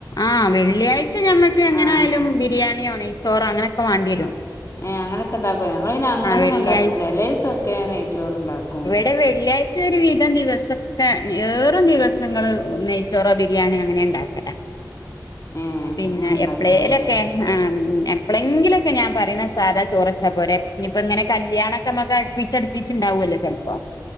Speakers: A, on the left (about 60°); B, on the left (about 45°).
A: ആഹ് വെള്ളിയാഴ്ച ഞമ്മക്ക് എങ്ങനെ
B: ആ
A: ആയാലും ബിരിയാണി യോനെയ്ചോറോ അങ്ങനെക്കെ വാണ്ടി വരും
B: ഏഹ് അങ്ങനെക്കെ ഉണ്ടാക്കോ ഞങ്ങള് പിന്നെ അങ്ങനെന്നും
A: വെള്ളിയാഴ്ച
B: ഉണ്ടാക്കുല ചിലേസൊക്കെ നെയ്ച്ചോറ് ഉണ്ടാക്കും
A: ടെ വെള്ളിയാ ച്ച ഒരു വിധം ദിവസക്ക ഏറും ദിവസങ്ങള് നെയ്ച്ചോറോ ബിരിയാണി അങ്ങനെ ഉണ്ടാക്കല
B: ഏ
A: പിന്നെ
B: അങ്ങനെ ഉണ്ടാക്കലല്ലേ
A: എപ്പളേലൊക്കെ ആഹ് എപ്പളെങ്കിലൊക്കെ ഞാൻ പറയുന്ന സാധാ ചോറച്ചാ പോരെ ഇപ്പ ഇങ്ങനെ കല്യാണ ക്കെമ്മക്ക് അടുപ്പിച്ചടുപ്പിച്ച് ഉണ്ടാവൊല്ലോ ചെൽപ്പോ